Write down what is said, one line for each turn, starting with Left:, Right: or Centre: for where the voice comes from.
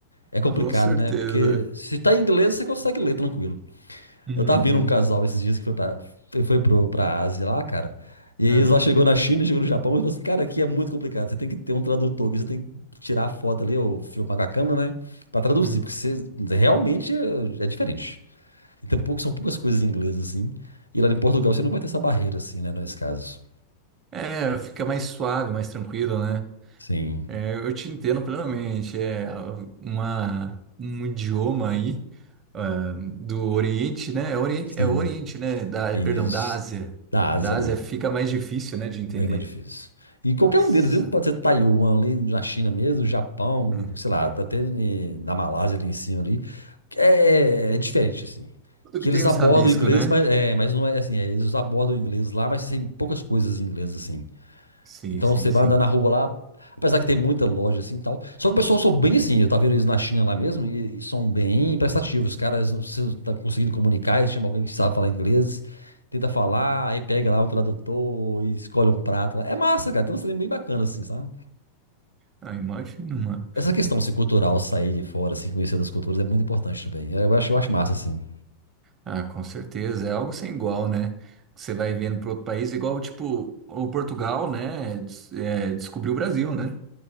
Left: é complicado,
Right: Com certeza.
Left: né? Porque se tá em inglês, você consegue ler tranquilo.
Right: Uhum.
Left: Eu tava vendo um casal esses dias que foi pra, foi pro, pra Ásia lá, cara. E aí
Right: Ah.
Left: eles lá chegou na China, chegou no Japão e falou assim, cara, aqui é muito complicado. Você tem que ter um tradutor, que você tem que tirar a foto ali, ou filmar com a câmera, né? Pra traduzir,
Right: Uhum.
Left: porque você realmente é, é diferente. E tem pouco, são poucas coisas em inglês, assim. E lá em Portugal você não vai ter essa barreira, assim, né, nesse caso.
Right: É, fica mais suave, mais tranquilo, né?
Left: Sim,
Right: É, eu te entendo plenamente. É uma, um idioma aí ah, do Oriente, né? É Oriente,
Left: sim.
Right: é Oriente, né? Da, é,
Left: Isso.
Right: perdão, da Ásia.
Left: Da Ásia
Right: Da
Left: ali.
Right: Ásia fica mais difícil, né, de entender.
Left: Bem mais difícil. E qualquer
Right: Nossa.
Left: um deles, viu? Pode ser Taiwan ali na China mesmo, Japão,
Right: É.
Left: sei lá, até ne- na Malásia ali em cima ali. É, é diferente, assim.
Right: Tudo
Left: Que
Right: que
Left: eles
Right: tem
Left: abordam
Right: os rabisco,
Left: o inglês,
Right: né?
Left: mas, é, mas não é assim. é, eles abordam o inglês lá, mas tem poucas coisas em inglês, assim.
Right: Sim,
Left: Então
Right: sim,
Left: você vai
Right: sim.
Left: andar na rua lá, apesar que tem muita loja assim e tal. Só que o pessoal são bem assim, eu tava vendo eles na China lá mesmo, e, e são bem prestativos. Os caras estão conseguindo comunicar, eles chamam alguém que sabe falar inglês, tenta falar,
Right: Uhum.
Left: aí pega lá um tradutor e escolhe um prato lá. É massa, cara, tem um trem bem bacana assim, sabe?
Right: Ah, imagina, mano.
Left: Essa questão assim, cultural, sair de fora, assim, conhecer das culturas é muito importante também. Eu acho, eu acho massa, assim.
Right: Ah, com certeza, é algo sem igual, né? Você vai vendo para outro país, igual, tipo, o Portugal, né? des- é, descobriu o Brasil, né?